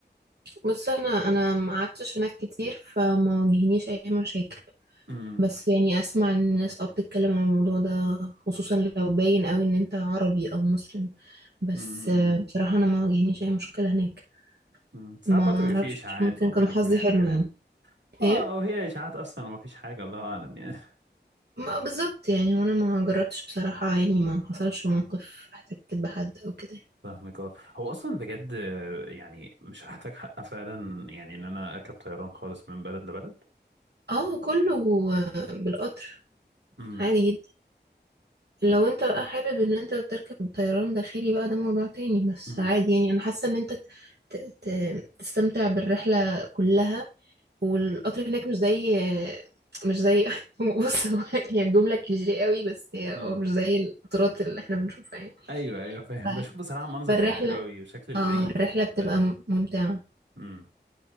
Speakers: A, on the right (about 65°); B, on the right (about 85°).
A: بص أنا أنا ما قعدتش هناك كتير فما واجهنيش أي مشاكل
B: امم
A: بس يعني اسمع ان الناس اه بتتكلم عن الموضوع ده خصوصا لو باين قوي ان انت عربي او مسلم بس
B: امم
A: آه، بصراحة انا ما واجهنيش اي مشكلة هناك
B: أمم. ساعات
A: ما
B: برضه
A: اعرفش
B: بيبقى في اشاعات
A: ممكن
B: ممكن
A: كان حظي
B: يكون يعني
A: حلو
B: كلام
A: يعني ايه
B: اه او هي اشاعات اصلا ومفيش حاجة الله اعلم يعني
A: ما بالظبط يعني وانا ما جربتش بصراحة يعني
B: أمم.
A: ما حصلش موقف احتكيت بحد او كده يعني.
B: فاهمك اه هو اصلا بجد آه، يعني مش هحتاج حق فعلا يعني ان انا اركب طيران خالص من بلد لبلد
A: اه كله آه، بالقطر
B: امم
A: عادي جدا لو
B: امم
A: انت بقى حابب ان انت تركب الطيران داخلي بقى ده موضوع تاني بس
B: امم
A: عادي يعني انا حاسة ان انت ت- ت- تستمتع بالرحلة كلها والقطر هناك مش زي مش زي <laughs> بص هو هي الجملة كليشيه قوي بس هي
B: أمم.
A: هو مش زي القطارات اللي احنا بنشوفها يعني
B: ايوه ايوه فاهم
A: ف-
B: بشوف بصراحه منظر
A: فالرحلة
B: بيبقى حلو قوي وشكل الريف
A: اه الرحلة بتبقى
B: كده
A: م- ممتعة
B: امم